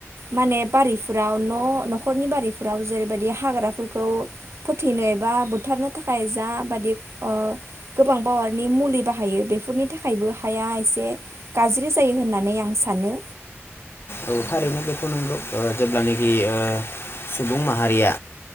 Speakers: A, on the right; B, on the left.
A: माने बारिफोराव न'-न'खरनि बारिफोराव जेरैबायदि हाग्राफोरखौ फोथैनो एबा बुथारनो थाखाय जाबादि ओ गोबां पावारनि मुलि बाहायो बेफोरनि थाखायबो हाया एसे गाज्रि जायो होनना नै आं सानो।
B: औ थारैनो बे नंगौ जेब्लानोखि ओ सुबुं माहारिया